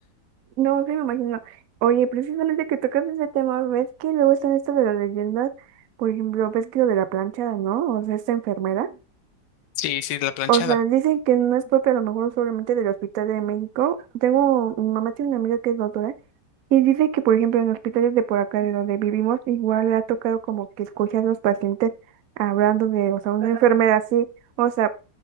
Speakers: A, on the right; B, on the left.
A: No, sí me imagino. Oye, precisamente que tocas ese tema, ves que luego están esto de las leyendas. Por ejemplo, ves que lo de la plancha, ¿no? O sea, esta enfermera.
B: Sí, sí, la planchada.
A: O sea, dicen que no es propia a lo mejor solamente del Hospital de México. Tengo, mi mamá tiene una amiga que es doctora y dice que, por ejemplo, en hospitales de por acá de donde vivimos, igual le ha tocado como que escuchar a los pacientes hablando de, o sea, una enfermedad así. O sea,